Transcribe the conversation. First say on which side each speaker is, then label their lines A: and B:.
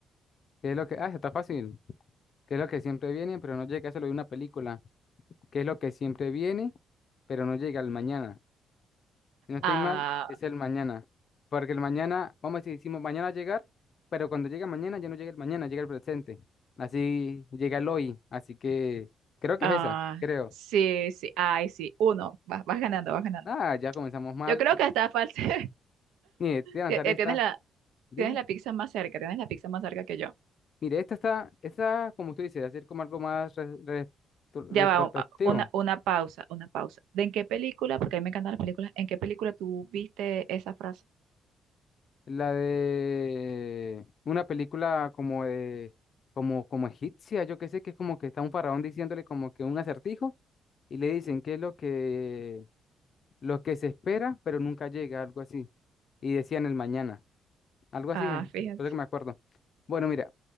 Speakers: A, on the left; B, on the right.
A: ¿Qué es lo que... Ah, está fácil. ¿Qué es lo que siempre viene, pero no llega? Eso lo de una película. ¿Qué es lo que siempre viene, pero no llega al mañana? Si no estoy
B: Ah,
A: mal, es el mañana. Porque el mañana, vamos a decir, decimos mañana llegar, pero cuando llega mañana ya no llega el mañana, llega el presente. Así llega el hoy. Así que creo que
B: ah,
A: es esa, creo.
B: sí, sí, ay, sí. Uno, vas, vas ganando, vas ganando.
A: Ah, ya comenzamos mal.
B: Yo creo que está falso. <laughs>
A: Mire, te voy a lanzar
B: Ti- eh,
A: esta.
B: Tienes la,
A: Dime.
B: tienes la pizza más cerca, tienes la pizza más cerca que yo.
A: Mire, esta está, esta, como tú dices, hacer como algo más re- re- tu- retrospectivo.
B: Ya va, u- a- una, una pausa, una pausa. ¿De en qué película? Porque a mí me encantan las películas. ¿En qué película tú viste esa frase?
A: La de una película como de, como, como egipcia, yo qué sé, que es como que está un faraón diciéndole como que un acertijo. y le dicen que es lo que, lo que se espera, pero nunca llega, algo así. Y decían el mañana, algo así,
B: Ah,
A: eh,
B: fíjate.
A: por eso que me acuerdo. Bueno, mira,